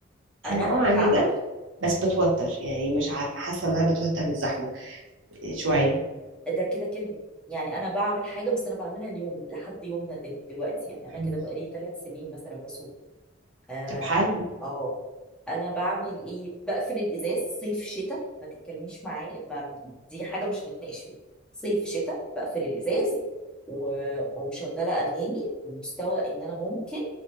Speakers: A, in the centre; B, on the right (about 75°).
A: انا
B: انا اه عنيده
A: هعمل
B: بس بتوتر يعني مش عارفه حاسه ان انا بتوتر من الزحمه شويه
A: ده كده كده يعني انا بعمل حاجه بس انا بعملها اليوم لحد يومنا دل- دلوقتي يعني انا
B: مم.
A: كده بقالي ثلاث سنين مثلا بسوق اه
B: طب حل
A: اه انا بعمل ايه بقفل الازاز صيف شتاء ما تتكلميش معايا ما دي حاجه مش هنتناقش فيها صيف شتاء بقفل الازاز و... ومشغله اغاني ومستوى ان انا ممكن